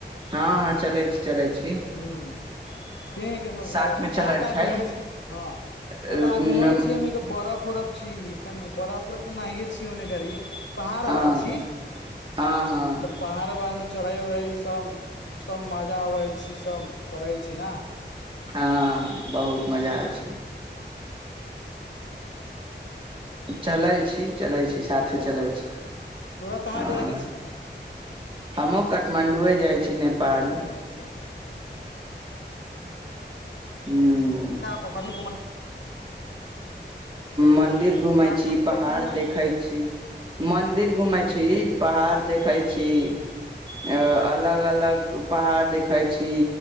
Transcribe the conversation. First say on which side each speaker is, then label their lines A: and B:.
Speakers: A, on the right (about 25°); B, on the left (about 80°).
A: हँ चलै छी। चलै छी।
B: हूं के काहां
A: साथ मे चलल
B: -काहां
A: छै
B: घुमै छी, हँ।
A: हँ
B: ओतऽ आहां घूमै छीयै हमनी के बरफ- उरफ। जी फेन बरफ- उरफ तऽ नाहिये छी ओने गरी पहाड़
A: हँ
B: - उहाड़ छी।
A: हँ
B: पहाड़- उहाड़में, चढ़ै- उढ़ै ई सब- सब मजा अबै छी, सब करै छी ने।
A: हँ बहुत मजा आबै छी। चलै छी, चलै छी, साथे
B: अच्छा
A: चलै छी हँ।
B: तोरा कहाँ जाय के छी
A: हमो काठमांडू जाइ छी। नेपाल
B: अच्छा- अच्छा।
A: हूं।
B: ओकरा और के कथि घुमऽ
A: मन्दिर घूमै
B: ओतऽ
A: छी,
B: कथी
A: पहाड़
B: कथी घुमै
A: देखै छी। मंदिर घूमे छी, पहाड़ देखे छी। अ अलग -अलग पहाड़ देखै छी।